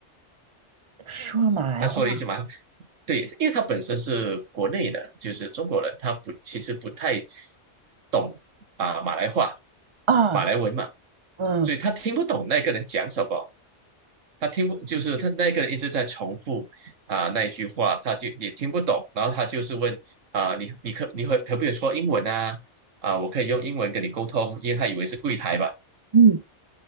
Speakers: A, on the right; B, on the right.
A: 说了马来话
B: 他说了一句马来，对，因为他本身是国内的，就是中国人，他不其实不太懂啊、马来话、
A: 啊，
B: 马来文嘛，
A: 嗯
B: 所以他听不懂那个人讲什么，他听不就是他那个人一直在重复啊、那一句话，他就也听不懂，然后他就是问啊、你你可你可可不可以说英文啊？啊、我可以用英文跟你沟通，因为他以为是柜台吧。
A: 嗯